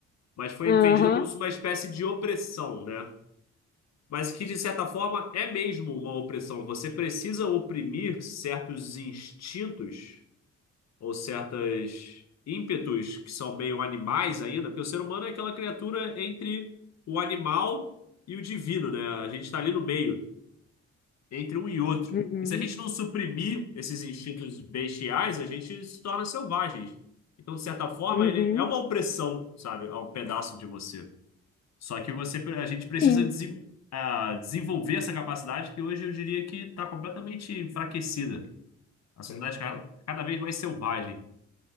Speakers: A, on the left; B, on the left.
A: Mas foi
B: Aham,
A: vendida como se uma espécie de opressão, né? Mas que, de certa forma, é mesmo uma opressão. Você precisa oprimir certos instintos ou certos ímpetos que são meio animais ainda, porque o ser humano é aquela criatura entre o animal e o divino, né? A gente está ali no meio, entre um e outro.
B: uhum,
A: E se a gente não suprimir esses instintos bestiais, a gente se torna selvagens. Então, de certa forma,
B: uhum,
A: ele é uma opressão, sabe, a um pedaço de você. Só que você, a gente precisa
B: sim.
A: desen- ah, desenvolver essa capacidade que hoje eu diria que está completamente enfraquecida. A sociedade cada, cada vez mais selvagem.